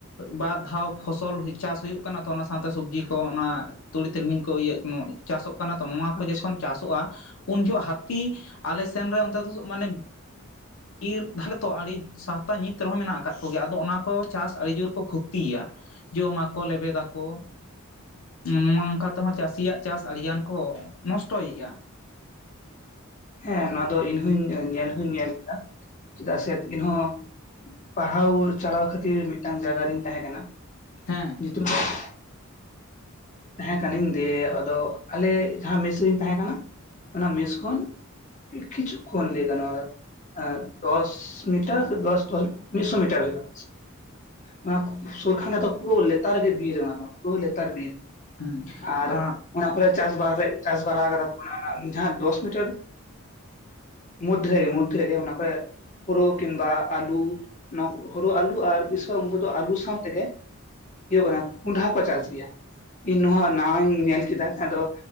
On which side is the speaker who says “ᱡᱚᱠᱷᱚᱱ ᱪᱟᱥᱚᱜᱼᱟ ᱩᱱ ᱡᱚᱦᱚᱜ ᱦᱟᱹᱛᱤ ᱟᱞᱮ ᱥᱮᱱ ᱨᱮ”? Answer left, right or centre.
Left